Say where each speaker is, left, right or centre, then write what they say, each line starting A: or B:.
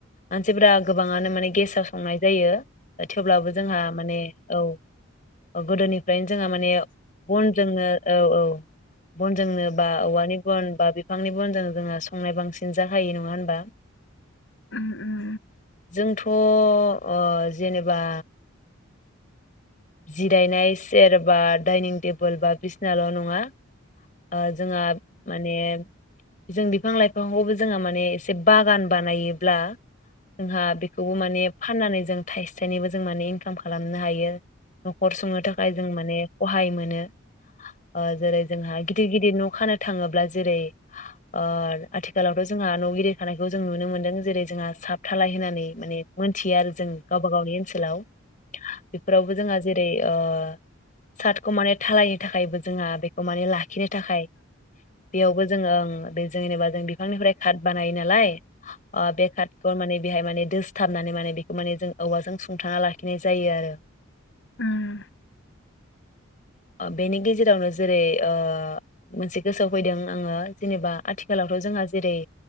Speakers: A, on the left; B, on the left.
A: आनसे <unintelligible> गोबांङानो माने गेसाव संनाय जायो थेवब्लाबो जोंहा माने औ गोदोनि फ्राय जोंहा माने बनजोंनो औ औ बन नो बा औवानि बन बा बिफांनि बनजों जोंङो संनाय बांसिन जाखायो नङा होनबा?
B: उम उ
A: जोंथ' ओ जेनेबा जिरायनाय चेर बा दाइनिं टेबोल बा बिसनाल' नङा ओ जोंहा माने जों बिफां लाइफांखौबो जोंहा माने एसे बागान बानायोब्ला जोंहा बेखौबो माने फाननानै जों थाइसे थाइनैबो जों माने इनकाम खालामनो हायो। न'खर सुंनो थाखाय जों माने खहाय मोनो ओ जेरै जोंहा गिदिर गिदिर न' खानो थांङोब्ला जेरै ओ आथिखालावथ' जोंहा न' गिदिर थानायखौ जों नुनो मोन्दों जेरै जोंहा साब धालाय होनानै माने मोनथियो आरो जों गावबा गावनि ओनसोलाव बेफोराव बो जोंहा जेरै ओ साटखौ माने धालायनो थाखायबो जोंहा बे खौ माने लाखिनो थाखाय बेयावबो जोंङो ओं बे जेनेबा जों बिफांनिफ्राय काट बानायो ना लाय अ बेखारथ' माने बेहाय माने दोसथाबनानै माने बेखौ माने जों औवाजों सुंथाना लाखिनाय जायो आरो
B: उम
A: आ बेनि गेजेरावनो जेरै ओ मोनसे गोसोआव फैदों आङो जेनेबा आथिखालावथ' जोंहा जेरै